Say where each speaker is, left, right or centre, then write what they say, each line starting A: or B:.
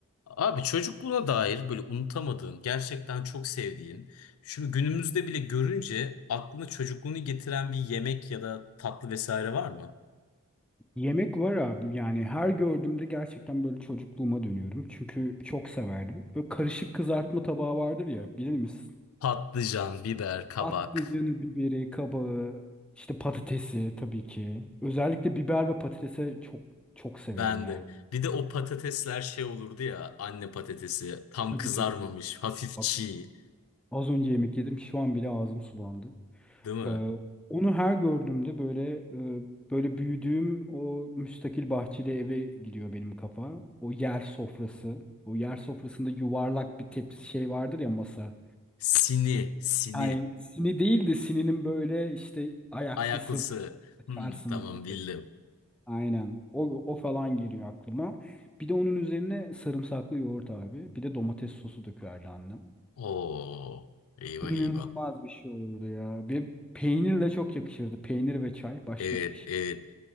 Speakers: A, on the left; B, in the centre.
A: Abi çocukluğuna dair böyle unutamadığın, gerçekten çok sevdiğin, şimdi günümüzde bile görünce aklına çocukluğunu getiren bir yemek ya da tatlı vesaire var mı?
B: Yemek var abi yani her gördüğümde gerçekten böyle çocukluğuma dönüyorum. Çünkü çok severdim. Böyle karışık kızartma tabağı vardır ya bilir misin?
A: Patlıcan, biber, kabak.
B: Patlıcanı, biberi, kabağı, işte patatesi tabii ki. Özellikle biber ve patatese çok çok severim
A: Ben
B: yani.
A: de. Bir de o patatesler şey olurdu ya, anne patatesi. Tam
B: Tabii
A: kızarmamış,
B: tabii tabii.
A: hafif
B: Bak
A: çiğ,
B: az önce yemek yedim şu an bile ağzım sulandı.
A: değil mi?
B: Ee, onu her gördüğümde böyle e, böyle büyüdüğüm o müstakil bahçeli eve gidiyor benim kafa. O yer sofrası. O yer sofrasında yuvarlak bir tepsi şey vardır ya masa.
A: Sini, sini.
B: Yani sini değil de sininin böyle işte ayaklısı
A: Ayaklısı.
B: açarsın
A: Hmm, tamam
B: böyle.
A: bildim.
B: Aynen. O, o falan geliyor aklıma. Bir de onun üzerine sarımsaklı yoğurt abi. Bir de domates sosu dökerdi annem.
A: Oo, eyvah
B: İnanılmaz
A: eyvah.
B: bir şey olurdu ya. Bir peynirle çok yakışırdı. Peynir ve çay. Başka
A: Evet,
B: hiçbir şey.
A: evet.